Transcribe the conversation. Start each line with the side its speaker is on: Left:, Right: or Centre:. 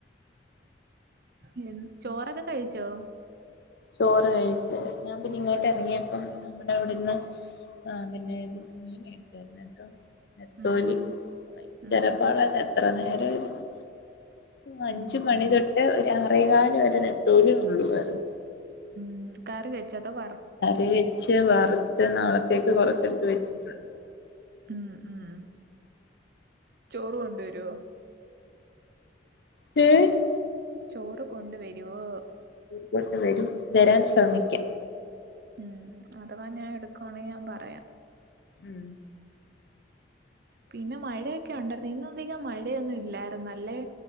Right: ഉം ചോറൊക്കെ കഴിച്ചോ?
Left: ചോറ് കഴിചേ ഞാൻ പിന്നെ ഇങ്ങോട്ട് ഇറങ്ങിയപ്പം നമ്മുടെ അവിടെന്ന് ആ പിന്നെ ഇത് മീൻ മേടിചാർന്ന് കേട്ടോ നത്തോലി
Right: ഉം ഉം
Left: ഭയങ്കര
Right: ഉം
Left: പാടപ്പായിർന്നു എത്ര നേരം ഇരുന്ന് അഞ്ച്
Right: ഉം
Left: മണി
Right: ഉം
Left: തൊട്ട് ഒരു ആറേക്കാല് വരെ നത്തോലി നുള്ളുവായിരുന്നു
Right: ഉ കറി വച്ചതോ വർ
Left: കറി വെച്ച് വറുത്ത് നാളത്തേക്ക് കൊറച്ചെടുത്ത് വെച്ചിട്ടുണ്ട്
Right: ഉം ഉം ചോറ് കൊണ്ട്വരുവോ?
Left: <inaudible>
Right: ചോറ് കൊണ്ടുവരുവോ?
Left: കൊണ്ട വരും. വരാൻ ശ്രമിക്കാം.
Right: ഉം അഥവാ ഞാൻ എടുക്കുവാണെ ഞാൻ പറയാം.
Left: ഉം.
Right: പിന്നെ മഴയൊക്കെ ഉണ്ടായിരുന്നു ഇന്ന അധികം മഴയൊന്നും ഇല്ലായിുന്നല്ലേ?